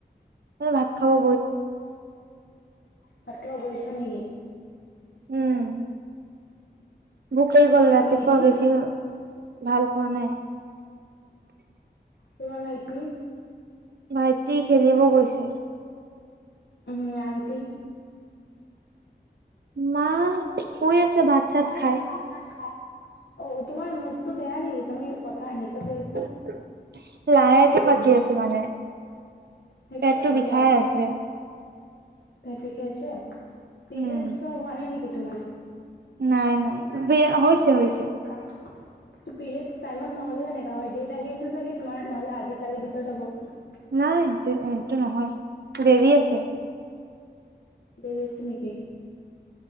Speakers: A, on the right; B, on the left.
A: এ ভাত খালো
B: ভাত খাব, বহিচা নেকি?।
A: উম, ভুক লাগি গল, ৰাতিপুৱা
B: ভাইটি?
A: বেছি ভাল খোৱা নাই।
B: তোমাৰ ভাইটি
A: ভাইটি খেলিব গৈছে
B: উম, আনটি?।
A: মা, শুই আছে, ভাত চাত
B: অ',
A: খাই
B: তোমাৰ মুডটো বেয়া নেকি? তুমি কথা এনেকা কৈ আছা।
A: <inaudible> আছো মানে
B: সেইটো
A: পেটটো
B: ভাবি
A: বিষাই
B: লাগিছে।
A: আছে
B: পেট বিষাইছে, পিৰিয়ডচ
A: উম
B: হোৱা নাই নেকি, তোমাৰ?।
A: নাই, নাই।
B: পিৰিয়ডচ
A: হৈছে হৈছে
B: টাইমত নহলেও এ অ' ডেট আহি আছে যে সেই তোমাৰ, নহলে আজি কালিৰ ভিতৰত হ'ব।
A: নাই সেটো-সেইটো নহয়, দেৰি আছে।
B: দেৰি আছে নেকি?।